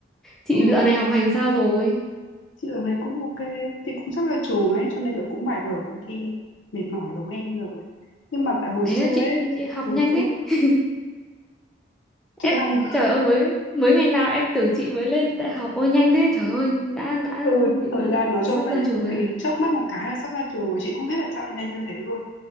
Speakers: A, in the centre; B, on the left.
A: Chị
B: ừ
A: dạo này học hành sao rồi?
B: chị ở đây cũng ok chị cũng sắp ra trường ấy cho nên là cũng bài vở ôn thi mệt mỏi giống em rồi ấy. nhưng mà tại hồi
A: Thế
B: xưa
A: là chị,
B: ấy
A: chị chị học
B: hồi
A: nhanh
B: xưa
A: thế. <laughs>
B: chị
A: Em
B: học <laughs>
A: trời ơi mới mới ngày nào em tưởng chị mới lên đại học ôi nhanh thế trời ơi đã đã
B: ừ, thời gian nó trôi
A: sắp
B: qua
A: ra
B: nhanh
A: trường
B: cực
A: rồi
B: kỳ
A: ạ.
B: chớp mắt một cái là sắp ra trường của chị không biết tại sao lại nhanh như thế luôn